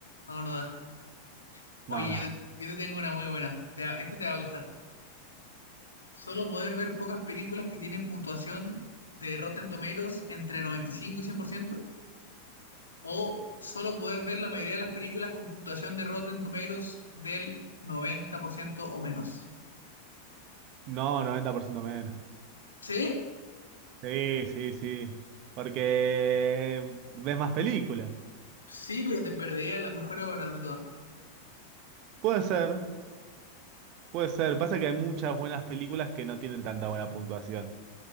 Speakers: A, on the left; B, on the right.
A: No, no da. Oye,
B: No, nada.
A: yo te, yo te tengo una muy buena. Te va- esta te va a gustar. Solo poder ver pocas películas que tienen puntuación de Rotten Tomatoes entre 95 y 100%, o solo poder ver la mayoría de las películas con puntuación de Rotten Tomatoes del 90% o menos.
B: No, 90% menos.
A: ¿Sí?
B: Sí, sí, sí. Porque eh, ves más películas.
A: Sí, pero te perderías las mejores obras de todas.
B: Puede ser, puede ser. Pasa que hay muchas buenas películas que no tienen tanta buena puntuación.